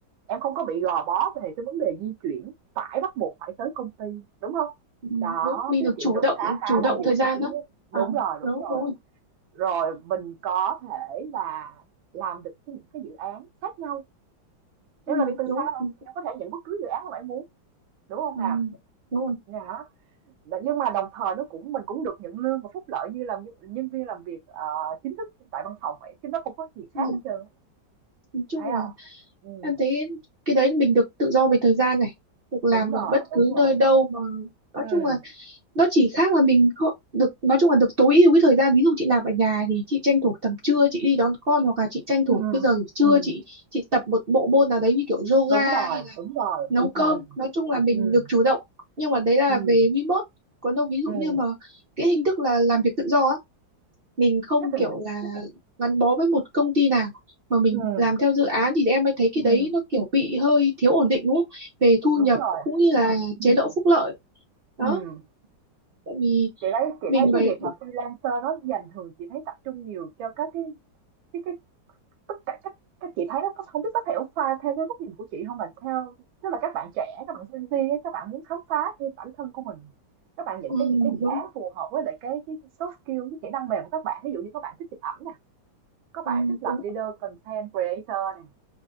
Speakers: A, on the right; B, on the right.
A: em không có bị gò bó về cái vấn đề di chuyển phải bắt buộc phải tới công ty đúng không
B: ừ.
A: đó
B: đúng mình
A: tiết
B: được
A: kiệm
B: chủ
A: được
B: động
A: khá khá
B: chủ động
A: là nhiều
B: thời gian
A: chi phí á.
B: đó
A: đúng
B: à,
A: rồi đúng
B: đúng
A: rồi
B: đúng rồi
A: rồi mình có thể là làm được những cái dự án khác nhau,
B: ừ.
A: em làm việc từ
B: đúng
A: xa mà,
B: ừ.
A: em có thể nhận bất cứ dự án mà em muốn, đúng không
B: À,
A: nào?
B: đúng rồi
A: Đó, nhưng mà đồng thời nó cũng mình cũng được nhận lương và phúc lợi như làm nhân nhân viên làm việc, ờ, chính thức tại văn phòng vậy, chứ nó không có gì
B: ừ.
A: khác hết trơn
B: nói chung
A: thấy
B: là
A: không? Ừm,
B: em thấy cái đấy mình được tự do về thời gian này được làm
A: đúng rồi,
B: ở bất
A: đúng
B: cứ
A: rồi.
B: nơi đâu mà nói
A: Ừm,
B: chung là nó chỉ khác là mình không được nói chung là được tối ưu cái thời gian ví dụ chị làm ở nhà thì chị tranh thủ tầm trưa chị đi đón con hoặc là chị tranh thủ
A: ừm,
B: cái giờ trưa
A: ừm,
B: chị chị tập một bộ môn nào đấy như kiểu yoga
A: đúng rồi, đúng rồi,
B: nấu cơm
A: ừm,
B: nói chung là mình
A: ừm,
B: được chủ động nhưng mà đấy là
A: ừm,
B: về remote còn đâu ví dụ
A: ừm,
B: như mà cái hình thức là làm việc tự do á mình không
A: cái tình
B: kiểu là gắn bó với một công ty nào mà mình
A: ừm,
B: làm theo dự án thì em mới thấy cái
A: ừm,
B: đấy nó kiểu bị hơi thiếu ổn định đúng không về thu
A: đúng
B: nhập
A: rồi,
B: cũng như là chế
A: ừm,
B: độ phúc lợi đó
A: ừm.
B: tại vì
A: Chị thấy chị
B: mình
A: thấy cái
B: phải
A: việc mà freelancer nó dành thường chị thấy tập trung nhiều cho các cái cái cái tất cả các các chị thấy nó có- không biết có thể pha theo cái góc nhìn của chị không là theo tức là các bạn trẻ các bạn Gen Z ấy, các bạn muốn khám phá thêm bản thân của mình các bạn những
B: ừ,
A: cái những cái dự
B: đúng
A: án phù hợp với lại cái cái soft skill cái kỹ năng mềm của các bạn ví dụ như các bạn thích chụp ảnh nè các
B: ừ,
A: bạn thích làm
B: đúng
A: leader content creator nè